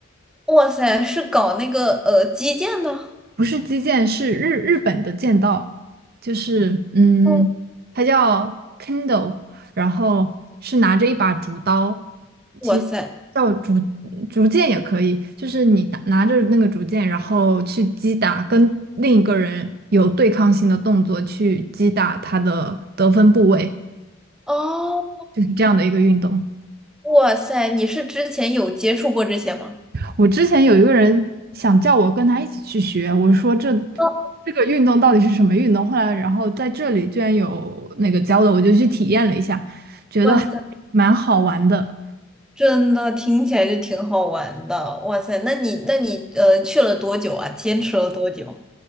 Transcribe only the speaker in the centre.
哇塞，是搞那个呃击剑的。
哦，
哇塞，
哦，
哇塞，你是之前有接触过这些吗？
哦，
哇塞，真的听起来就挺好玩的。哇塞，那你那你呃去了多久啊？坚持了多久？